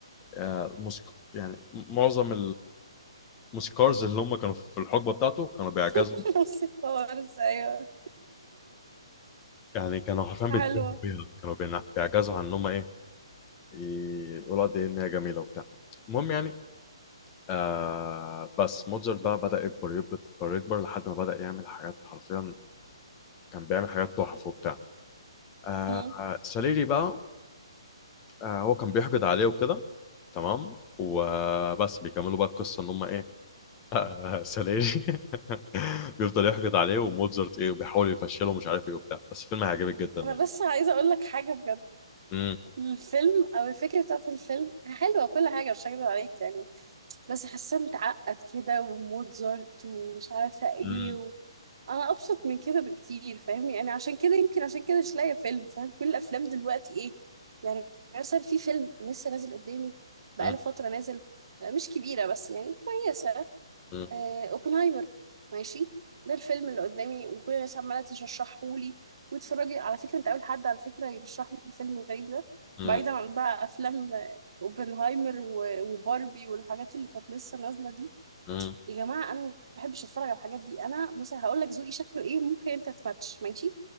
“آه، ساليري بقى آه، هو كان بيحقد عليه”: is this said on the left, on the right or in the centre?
Left